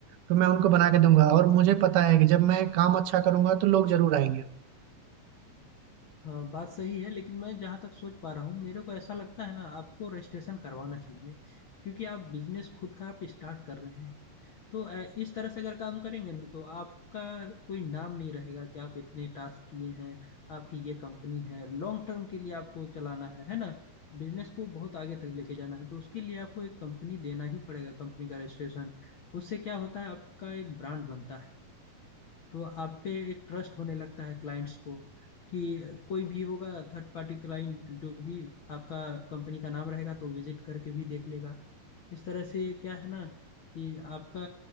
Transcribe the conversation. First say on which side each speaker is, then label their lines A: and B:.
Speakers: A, on the right; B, on the left.
A: तो मैं उनको बना के दूंगा और मुझे पता है कि जब मैं काम अच्छा करूंगा तो लोग जरूर आएंगे
B: हाँ बात सही है लेकिन मैं जहाँ तक सोच पा रहा हूँ मेरे को ऐसा लगता है ना आपको रजिस्ट्रेशन करवाना चाहिए क्योंकि आप बिजनेस खुद का आप स्टार्ट कर रहे हैं तो ए- इस तरह से अगर काम करेंगे ना तो आपका कोई नाम नहीं रहेगा कि आप इतने टास्क किए हैं आपकी ये कंपनी है लॉन्ग टर्म के लिए आपको चलाना है है ना बिजनेस को बहुत आगे तक लेके जाना है तो उसके लिए आपको एक कंपनी देना ही पड़ेगा कंपनी का रजिस्ट्रेशन उससे क्या होता है आपका एक ब्रांड बनता है तो आप पे एक ट्रस्ट होने लगता है क्लाइंट्स को कि कोई भी होगा थर्ड पार्टी क्लाइंट जो भी आपका कंपनी का नाम रहेगा तो विजिट करके भी देख लेगा इस तरह से क्या है ना कि आपका